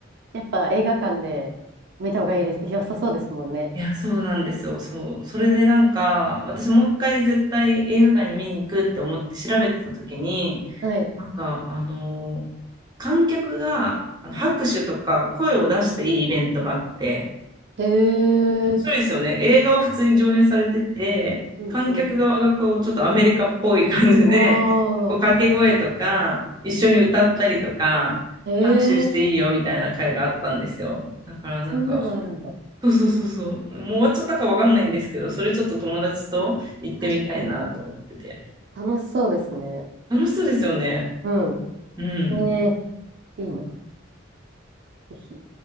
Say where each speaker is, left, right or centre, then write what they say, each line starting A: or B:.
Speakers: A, on the right (about 55°); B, on the right (about 20°).
A: やっぱ映画館で見た方がいいです。良さそうですもんね。
B: いや、そうなんですよ。そう。それでなんか、私もう一回絶対映画館に見に行くって思って調べてた時に、
A: はい。
B: なんか、あのー観客があの拍手とか声を出していいイベントがあって、
A: で、
B: 面白いですよね。映画は普通に上映されてて、
A: うんうん。
B: 観客側がこう、ちょっとアメリカっぽい感じで、
A: ああ、
B: <laughs> こう掛け声とか、一緒に歌ったりとか、
A: え
B: 拍手していいよみたいな会があったんですよ。
A: え、
B: だからなんか、
A: そんなのあるんだ。
B: そうそうそうそう。もう終わっちゃったかわかんないんですけど、それちょっと友達と行ってみたいなと思ってて。
A: 確かに。楽しそうですね。
B: 楽しそうですよね。
A: う
B: うん。
A: ん。ええいいな。ぜひ。